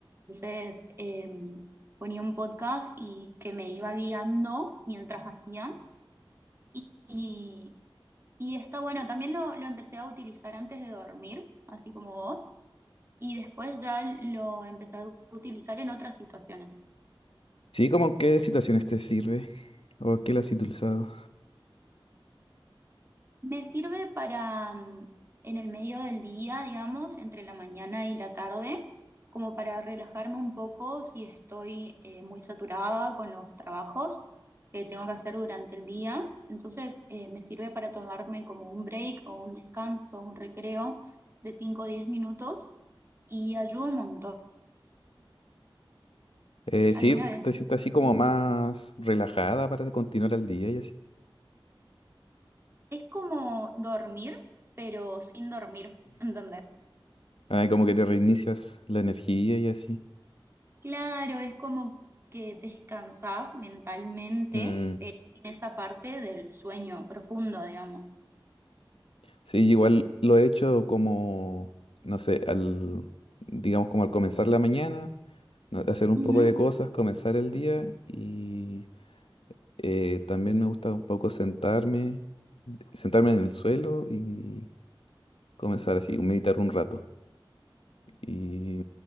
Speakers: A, on the right; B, on the left.
A: Entonces eh, ponía un podcast y que me iba guiando mientras hacía. Y, y, y está bueno, también lo, lo empecé a utilizar antes de dormir, así como vos, y después ya lo empecé a utilizar en otras situaciones.
B: Sí, como en qué situaciones te sirve o qué las has utilizado.
A: Me sirve para mm, en el medio del día, digamos, entre la mañana y la tarde, como para relajarme un poco si estoy eh, muy saturada con los trabajos que tengo que hacer durante el día. Entonces, eh, me sirve para tomarme como un break o un descanso, un recreo de 5 o 10 minutos y ayuda un montón.
B: Eh, sí,
A: Alguna vez.
B: te sientes así como
A: Sí,
B: más relajada para continuar el día y así.
A: Es como dormir, pero sin dormir, <laughs> ¿entendés?
B: Ah, como que te reinicias la energía y así.
A: Claro, es como que descansás mentalmente
B: Mm,
A: eh, sin esa parte del sueño profundo, digamos.
B: Sí, igual lo he hecho como, no sé, al, digamos como al comenzar la mañana, no- hacer un
A: Ujú.
B: poco de cosas, comenzar el día y Eh, también me gusta un poco sentarme, sentarme en el suelo y comenzar así, meditar un rato. Y